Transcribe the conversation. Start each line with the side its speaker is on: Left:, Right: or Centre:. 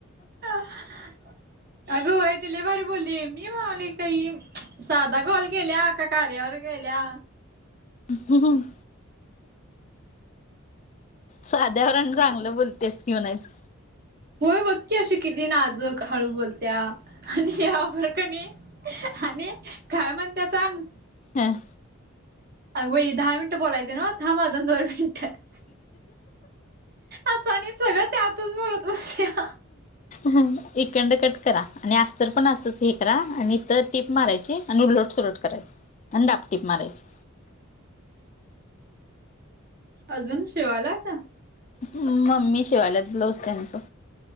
Right: आगं होय ती लय भारी बोलली, मी म्हणायलो काय ही. साधा कॉल केल्या, काय कार्यावर केल्या.
Left: हम. साध्यावर आणि चांगलं बोलतेस की म्हणायचं.
Right: होय, बघ की अशी किती नाजूक हळू बोलत्या. आणि यावर कणी. आणि काय म्हणत्या सांग.
Left: हां.
Right: अगं बई दहा मिनिटं बोलायचं नव, थांब आजून दोन मिनिटं. असं आणि सगळं त्यांतच बोलत बसल्या.
Left: हम्. इकडन कट करा आणि, अस्तर पण असंच हे करा. आणि इथं टीप मारायची. आणि उलटसलट करायच आणि दापटीप मारायची
Right: अजून शिवालाता
Left: मम्मी शिवाल्यात ब्लाऊज त्यांचं